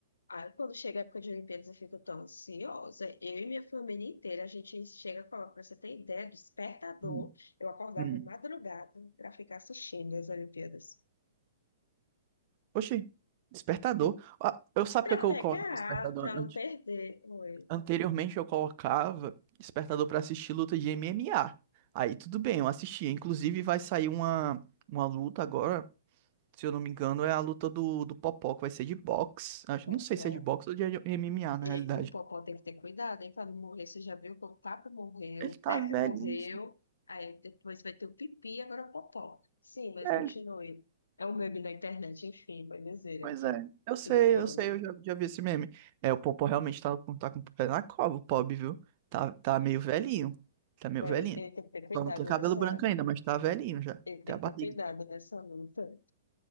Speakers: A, on the left (about 80°); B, on the right (about 45°).
A: aí quando chega a época de Olimpíadas eu fico tão ansiosa, eu e minha família inteira, a gente chega a colocar, pra você ter ideia, despertador,
B: Hum.
A: eu acordava
B: hum.
A: madrugada para ficar assistindo as Olimpíadas.
B: Oxi. Despertador. Ah, eu sabe
A: Pra
B: o que é que eu
A: pegar,
B: coloco no despertador
A: pra não
B: antes?
A: perder. Oi.
B: Anteriormente eu colocava despertador pra assistir luta de MMA. Aí tudo bem, eu assistia. Inclusive vai sair uma, uma luta agora, se eu não me engano, é a luta do, do Popó, que vai ser de boxe. Acho,
A: Popó.
B: não sei se é de boxe ou de MMA na realidade.
A: E o Popó tem que ter cuidado, hein, pra não morrer. Você já viu que o Papo morreu,
B: Ele
A: o
B: tá
A: Pepe
B: velhinho.
A: morreu,
B: assim.
A: aí depois vai ter o Pipi, agora o Popó. Sim, mas
B: É,
A: continue. É um meme da internet, enfim, vai dizer
B: pois
A: aqui.
B: é. Eu sei,
A: Ignore.
B: eu sei, eu já, já vi esse meme. É, o Popó realmente tá, com- tá com o pé na cova, o pobre, viu? Tá, tá meio velhinho. Tá meio
A: Bem,
B: velhinho.
A: ele tem que ter cuidado
B: Só não tem cabelo
A: nessa.
B: branco ainda, mas tá velhinho já.
A: Ele
B: Até
A: tem
B: a
A: que
B: barriga.
A: ter cuidado nessa luta.